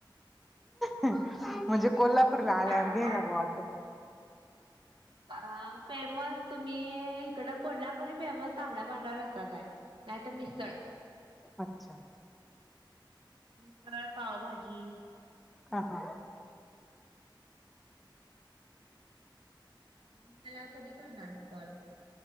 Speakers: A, in the centre; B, on the right (about 80°).
A: म्हणजे कोल्हापूरला आल्यावर
B: कारण
A: गेला
B: आहे.
A: बॉ अस..
B: अ फेमस तुम्ही इकड कोल्हापुरी फेमस तांबडा, पांढरा रस्साच आहे. नाही तर मिसळ.
A: अच्छा.
B: मिसळ, पावभाजी.
A: हा हा.
B: मला कधी करणार मग कॉल?